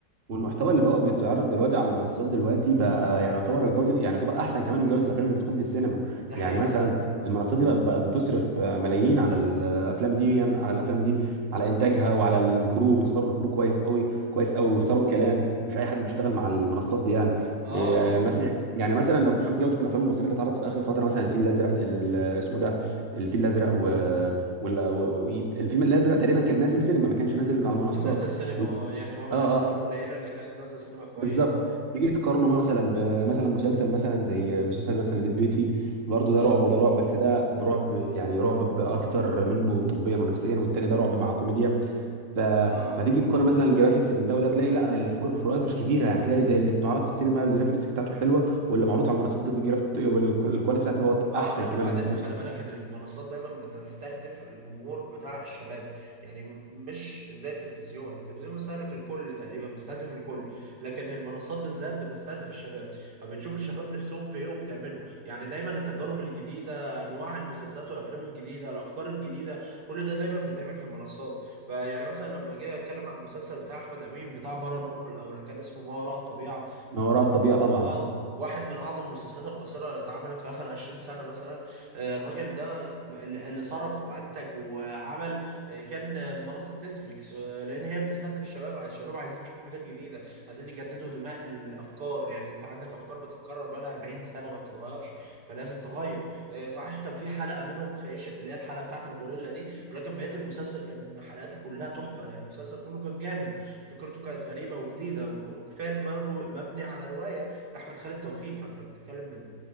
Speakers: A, on the right; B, on the right.
A: والمحتوى اللي بقى بيتعرض دلوقتي على المنصات دلوقتي بقى يعني يعتبر الجوده يعني يعتبر احسن كمان من جوده الافلام اللي بتكون في السينما
B: ده حقيقي
A: يعني مثلا المنصات دي بقت بقت بتصرف آه، ملايين على الافلام دي يعني على الافلام دي على انتاجها وعلى الكرو بيختاروا الكرو كويس قوي كويس قوي ويختاروا الكلام مش اي حد بيشتغل مع المنصات دي يعني
B: اه آه.
A: إيه، مثلا يعني مثلا لو بتشوف جوده الافلام المصريه اللي اتعرضت في اخر فتره مثلا الفيل الازرق ال- اسمه ده الفيل الازرق و... وال- و... و... الفيلم الازرق تقريبا كان نازل سينما ما كانش نازل على المنصات
B: نزل سينما
A: و...
B: اه يعني هو من
A: اه
B: الافلام
A: آه.
B: القليله اللي كانت نازله سينما كويس
A: بالظبط تيجي تقارنه مثلا بمثلا مسلسل مثلا زي مسلسل مثلا بيت بيتي برضه ده
B: اه
A: رعب وده رعب بس ده برعب يعني رعب اكتر منه طبيا ونفسيا والتاني ده رعب مع كوميديا ف...
B: اه اه
A: فتيجي تقارن مثلا الجرافيكس بين ده وده تلاقي لا الفروق الفروقات مش كبيره يعني تلاقي زي اللي بتعرض في السينما الجرافيكس بتاعته حلوه واللي معروض على المنصات دي الجراف... والكواليتي بتاعته بقت
B: اه
A: احسن
B: لا
A: كمان
B: وبعدين
A: من السينما
B: خلي بالك ان المنصات دايما بتستهدف الجمهور بتاع الشباب يعني م- مش زي التلفزيون التلفزيون بيستهلك الكل تقريبا بيستهدف الكل لكن المنصات بالذات بتستهدف الشباب فبتشوف الشباب نفسهم في ايه وبتعمله يعني دايما التجارب الجديده انواع المسلسلات والافلام الجديده الافكار الجديده كل ده دايما بيتعمل في المنصات فيعني مثلا لما جاي اتكلم عن المسلسل بتاع احمد امين بتاع بارانورمال او اللي كان اسمه ما وراء الطبيعه
A: ما وراء الطبيعه طبعا
B: اه ده واحد من اعظم المسلسلات القصيره اللي اتعملت في اخر 20 سنه مثلا آه، الراجل ده اللي اللي صرف وانتج وعمل آه، كان آه، منصه نتفليكس آه، لان هي بتستهدف الشباب الشباب عايزين يشوفوا حاجات جديده عايزين يجددوا دماء الافكار يعني انت عندك افكار بتتكرر بقالها 40 سنه ما بتتغيرش فلازم تغير آه، صحيح كان في حلقه منهم خيشت اللي هي الحلقه بتاعت الغوريلا دي ولكن بقيه المسلسل كان حلقاته كلها تحفه المسلسل كله كان جامد فكرته كانت غريبه وجديده وكفايه انه مبني على روايه لاحمد خالد توفيق فانت بتتكلم من